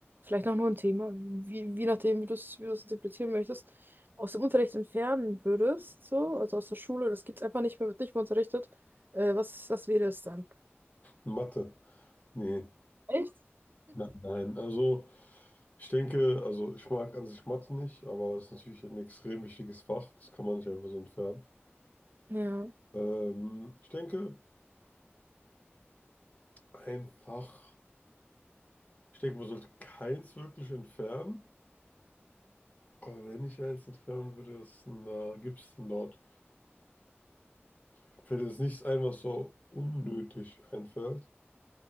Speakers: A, on the right; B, on the left.
A: vielleicht auch nur ein Thema, wie, wie nachdem, wie du es wie du es interpretieren möchtest, aus dem Unterricht entfernen würdest, so, also aus der Schule, das gibt es einfach nicht mehr, wird nicht mehr unterrichtet, äh, was, was wäre es dann?
B: Mathe. Nee,
A: Echt?
B: nein, nein. Also, ich denke, also ich mag an sich Mathe nicht, aber es ist natürlich ein extrem wichtiges Fach. Das kann man nicht einfach so entfernen.
A: Ja.
B: Ähm, ich denke, einfach, Ich denke, man sollte keins wirklich entfernen. Aber wenn ich eins entfernen würde, was denn da gibt es denn dort? Mir Fällt jetzt nichts ein, was so unnötig einfällt.